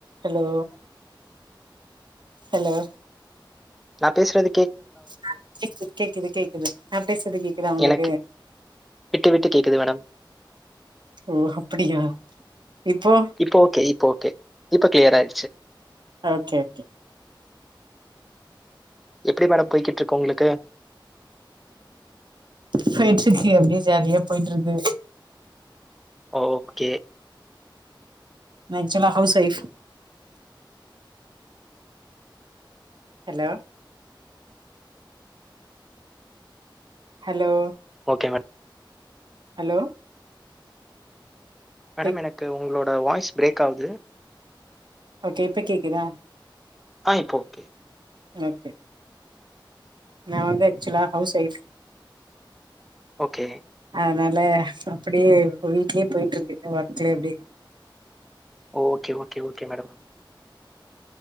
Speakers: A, on the right; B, in the centre.
A: hello hello
B: நா பேஸ்றது
A: அ கேக்குது கேக்குது கேக்குது நா பேசுறது கேக்குதா உங்களுக்கு
B: எனக்கு விட்டு விட்டு கேக்குது மேடம்
A: ஓ அப்படியா இப்போ
B: இப்ப ஓகே இப்ப ஓகே இப்ப கிளியர் ஆய்றுச்சு
A: ஓகே ஓகே
B: எப்டி மேடம் போய்கிட்ருக்கு உங்ளுக்கு
A: ஃப்ரண்ஸ்ஷிப் ஹிய அப்டியே ஜாலியா போயிட்ருக்கு
B: ஓகே
A: நா ஆக்சுவலா house wife hello hello
B: okay madam
A: hello
B: madam
A: கேக்
B: எனக்கு உங்களோட வாய்ஸ் பிரேக் ஆகுது
A: ஓகே இப்ப கேக்குதா
B: அ இப்ப ஓகே
A: எனக்கு நா வந்து ஆக்சுவலா ஹவுஸ் வைஃப்
B: ஓகே
A: அதனால அப்படியே எனக்கு வீட்லயே போயிட்ருக்கு ஒர்க்லயே அப்டி
B: ஓகே ஓகே ஓகே மேடம்